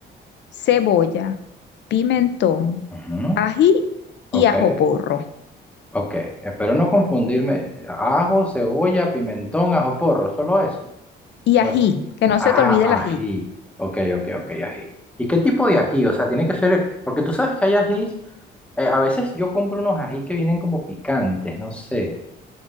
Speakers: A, on the left; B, in the centre.
A: cebolla, pimentón,
B: Ujú,
A: ají
B: Ok,
A: y ajo porro.
B: ok, espero no confundirme. Ajo, cebolla, pimentón, ajo porro, solo eso.
A: Y ají,
B: Me f-
A: que no
B: Ah,
A: se te olvide el ají.
B: ají. Ok, ok, ok, ají. ¿Y qué tipo de ají? O sea, tiene que ser, porque tú sabes que hay ajís, eh, a veces yo compro unos ají que vienen como picantes, no sé.